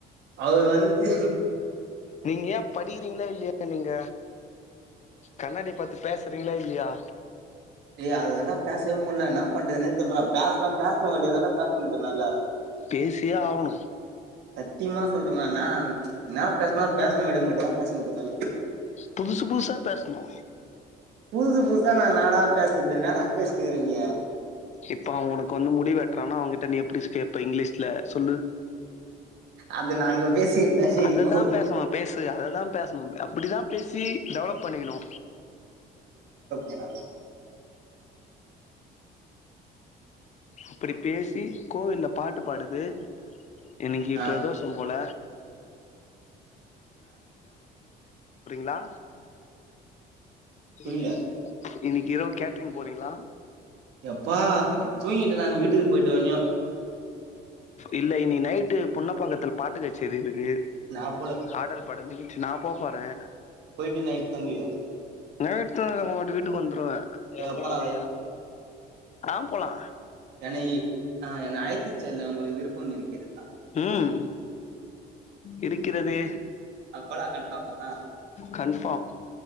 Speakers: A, on the right (about 80°); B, on the left (about 45°).
A: அவர் வந்து
B: நீங்க ஏ படிக்கிறீங்களா இல்லயா ‌நீங்க ‌கண்ணாடி பாத்து பேச ரிங்களா இல்லயா
A: ஏய் அதுதாண்டா பேசவே முட்ல என்ன பண்றதுனே தெர்லடா பேசுனா பேசுன வேண்டிய தாண்டா பேச முடிது என்னால
B: <inaudible> பேசியே ஆகணு
A: சத்தியமா சொல்றேனானு என்னா பேசனு பேசன வேண்டிய மட்டுதா ‌பேச முடி <unintelligible> என்னால
B: புதுசு புதுசா பேசனு
A: புதுசு புதுசா நா என்னாடா பேசுறது என்னாடா பேசினுக்குற நீ
B: இப்ப உனக்கு வந்து முடி வெட்றானா அவன் ட நீ எப்டி கேப்ப இங்கிலீஷ்ல சொல்லு
A: அது நா அங்க பேசிருந்தா
B: அததா
A: இப்ப
B: பேசணு பேசு அததா பேசனு அப்டிதா பேசி டெவலப் பண்ணிக்கணு
A: ஏனா
B: அப்டி பேசி கோவில்ல பாட்டு பாடுது இன்னைக்கு
A: அ அ
B: பிரதோஷம் போல ளா புரியல
A: புரில
B: இன்னிக்கு இரவு கேட்டரிங் போறீங்களா
A: எப்பா தூங்கிட்டே நானு வீட்டுக்கு போயிட்டோனியும்
B: இல்ல இன்னிக்கி நைட்டு ‌புன்ன பாக்கத்துல பாட்டுக்கச்சேரி இருக்கு
A: நா போல
B: ஆடல் பாடல் நிகழ்ச்சி நா போ போறே
A: போயிட்டு நைட் தங்குவியா
B: நைட்டு நம்மோட்டு வீட்டுக்கு வந்துருவே
A: சரி
B: எப்படா
A: அப்பலா
B: வரியா அ போலா
A: என்னை ஆ என்ன அழைத்துச் செல்ல உங்களுக்கு விருப்பம் இருக்கிறதா
B: ம் இருக்கிறதே
A: அப்பலா கன்ஃபார்மா
B: கன்ஃபாம் <inaudible>